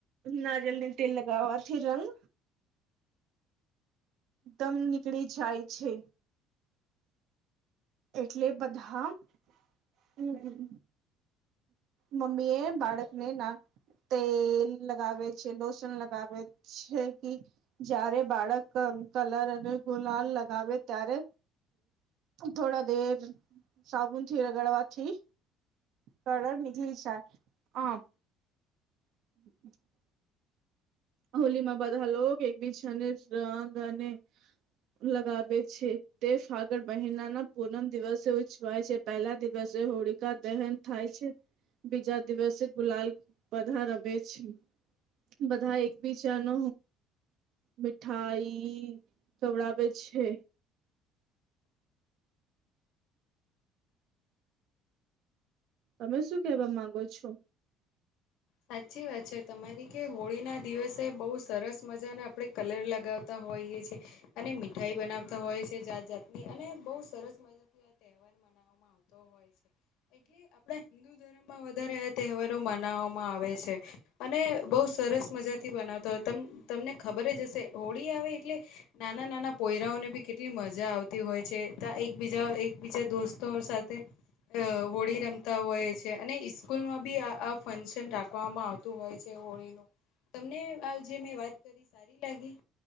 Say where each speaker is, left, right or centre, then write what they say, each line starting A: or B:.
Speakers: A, on the right; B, on the left.
A: નારીયલ ને તેલ લગાવવાથી રંગ દમ નીકળી જાય છે એટલે બધા હમમ મમ્મી એ બાળક ને નાન તેલ લગાવે છે લોસન લગાવે છે કે જયારે બાળક કલર અને ગુલાલ લગાવે ત્યારે થોડા દર સાબુનથી રગડવાથી. કલળ નનીકલી જાય હ <inaudible> હોલીમાં બધા લોક એકબીછાને રંગ અને લગાવે છે. તે ફાગળ મહિનાના પૂનમ દિવસે ઉછવાય છે. પહેલા દિવસે હોળકા દહેન થાય છે. બીજા દિવસે ગુલાલ બધા રમે છે, બધા એક. બચાર ન મીઠાઈ કવડાવે છે તમે શું કેવા માંગો છો
B: સાચી વાત છે તમારી કે હોળી ના દિવસે બઉુ સરસ મજાને આપડે કલર લગાવતા હોઈ છે અને મીઠાઈ બનાવતા હોય છે જાત જાતની અને બહુ સરસ મજા આ તહેવાર મનાવવામાં આવતો હોય છે એટલે આપણા હિન્દુ ધર્મમાં વધારે આ તહેવારો મનાવામાં આવે છે અને બહુ સરસ મજાથી બનાવતા હોય તમને ખબર જ હશે હોળી આવે એટલે નાના નાના પોયરાઓને બી કેટલી મજા આવતી હોય છે ત એકબીજા એકબીજા દોસ્તો સાથે અ હોળી રમતા હોય છે અને ઇસ્કૂલમાં બી આ આ ફશન રાકવામાં આવતું હોય છે હોળીનું તમને જે મેં વાત કરી સારી લાગી